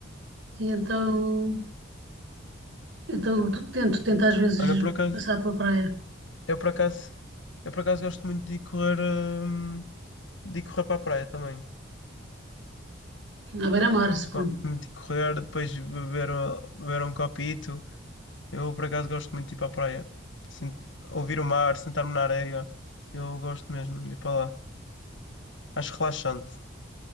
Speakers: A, on the right; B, on the left.
A: E então, então tu- tento, tento às vezes
B: Olha, por acaso,
A: passar pela praia,
B: eu por acaso, eu por acaso gosto muito de ir correr, hum, de ir correr para a praia também.
A: à beira-mar, suponho.
B: Gosto muito de correr, depois beber, uh, beber um copito. Eu por acaso gosto muito de ir para a praia. Sin- ouvir o mar, sentar-me na areia. Eu gosto mesmo de ir para lá. Acho relaxante.